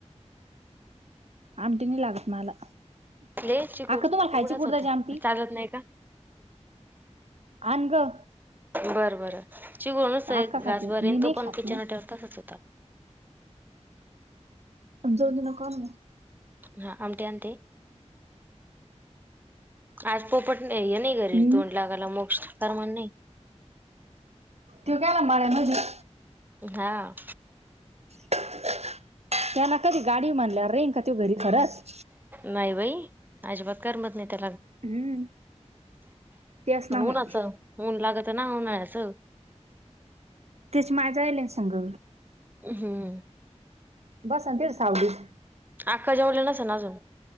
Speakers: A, on the right (about 65°); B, on the right (about 15°).
A: आमटी नाही लागत मला.
B: लईच चिकूल
A: अक्का तुम्हाला खायची
B: उघडाच
A: कुडदाची
B: होता
A: आमटी
B: चालत नाही का?
A: आण ग.
B: बर बर चिगुळ आहे
A: अक्का
B: घासबरे
A: खाती मी
B: अन
A: नाही
B: तो पण
A: खात
B: किचन
A: ना
B: ओट्यावर तसाच होता.
A: मग जाऊ दे ना काम.
B: हा आमटी आणते. आज पोपट हे नाही घरी
A: हम्म
B: तोंड लागायला मोक्ष करमत नाही.
A: तो गेला <unintelligible> मजे.
B: हां
A: त्यांला कधी गाडीये म्हनल्यावर राहील का तो घरी खरच.
B: नाही बाई अजिबात करमत नाही त्याला.
A: हम्म तेच
B: पण
A: ना मग
B: उन्हाच ऊन लागत ना उन्हाळ्याच.
A: त्याची माय जायली ना संग.
B: हम्म
A: बसतील सावलीत.
B: आक्का जेवल्या नसन अजून?